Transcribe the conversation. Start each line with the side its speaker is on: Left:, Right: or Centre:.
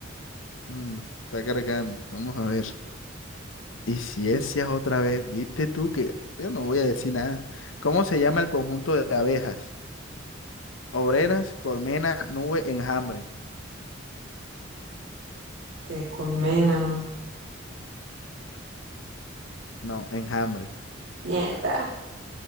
Left: Mm, está cargando, vamos a ver. Y ciencias otra vez, viste tú que yo no voy a decir nada. ¿Cómo se llama el conjunto de abejas? Obreras, colmena, nube, enjambre.
Right: Te colmena, ¿no?
Left: No, enjambre.
Right: Mierda.